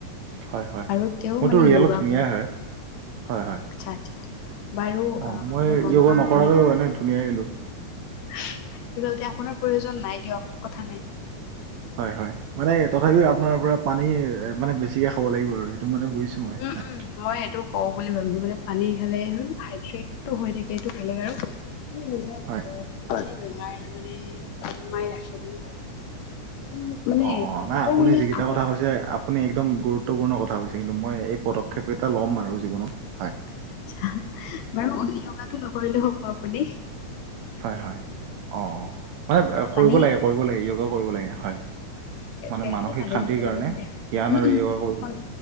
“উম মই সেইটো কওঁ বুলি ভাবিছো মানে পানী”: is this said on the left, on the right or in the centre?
Left